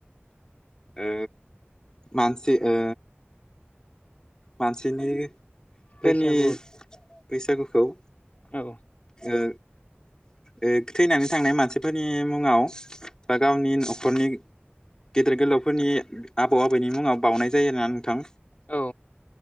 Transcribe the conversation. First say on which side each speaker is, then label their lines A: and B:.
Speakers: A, on the left; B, on the left.
A: ओ मानसि ओ मानसिनि फोरनि
B: बैसागु
A: बैसागुखौ
B: औ
A: ओ ओ थैनानै थांनाय मानसिफोरनि मुङाव बा गावनि नखरनि गेदेर गोलावफोरनि आबौ आबैनि मुङाव बावउनाय जायो आरोना नोंथां।
B: औ